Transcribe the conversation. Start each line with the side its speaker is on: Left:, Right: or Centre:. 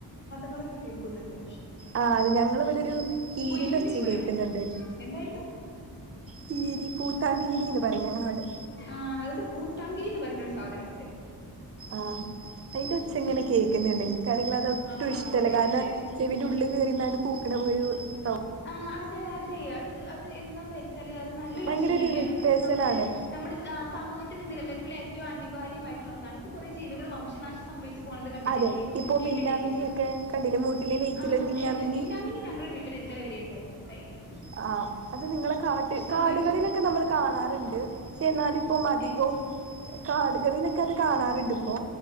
Left: ങ്ങളൊക്കെ കേൾക്കുന്നുണ്ട്.
Right: ആ അത് ഞങ്ങളവിടെൊരു കീരന്റെ
Left: കുയിലിന്റെ
Right: ഒച്ചയും
Left: സ്വരം
Right: കേക്കുന്നുണ്ട്
Left: എന്തായിരുന്നു
Right: കീരി പൂത്താങ്കേരി എന്ന് പറയും ഞങ്ങള അവിടെ
Left: ആ അടെ പൂത്താങ്കിരിന്ന് പറയുന്ന ഒരു സാധനണ്ട്
Right: ആഹ അയിന്റെ ഒച്ച എങ്ങനെ കേൾക്കുന്നുണ്ടെങ്കിൽ ഇൻകാണെങ്കിൽ അത് ഒട്ടും
Left: ആ
Right: ഇഷ്ടല്ല
Left: അതെ
Right: കാരണം
Left: അതെ
Right: ചെവിന്റെ ഉള്ളിൽ കയറി ന്നാണ്ട് സൗണ്ട്
Left: ആ് അതെ അതെ അത് അത് എന്താന്ന് വെച്ചാല് അത് നല്ലൊരു
Right: ഭയങ്കര
Left: ജീവിയാണ്
Right: ഒരു ഇറിറ്റേഷൻ
Left: അതായത് നമ്മുടെ
Right: ആണ്
Left: നമ്മുടെ ആ സമൂഹത്തിന്റെ നിലനിൽപ്പിൽ ഏറ്റവും അനിവാര്യമായിട്ടുള്ള ഒന്നാണ് ഇപ്പൾ കൊറേ ജീവികൾ വംശനാശംഭവിച്ചത്. പോകുന്നത് കണ്ടിട്ടില്ലേ
Right: അതെ ഇപ്പൊ
Left: കേട്ടിട്ടില്ലേ
Right: മിന്നാമിന്നിയൊക്കെ കണ്ടില്ലേ മൂട്ടില് ലൈറ്റില്
Left: ആ
Right: ഒരു
Left: അതെ
Right: മിന്നാമിന്നി
Left: അതെ മന്നാമിനി ഞങ്ങളെ വീട്ടി ല് ഇന്നല വരെ ഉണ്ടായിട്ടുണ്ടായിനിം
Right: ആ അത് നിങ്ങളെ കാട്ട കാടുകളിലൊക്കെ
Left: സംഭവിച്ചോ
Right: നമ്മൾ കാണാറുണ്ട് പക്ഷെ എന്നാല ഇപ്പം അധികവും
Left: ഏഹ്
Right: - കാടുകളിലൊക്കെ അത് കാണാറുണ്ട്. ഇപ്പോ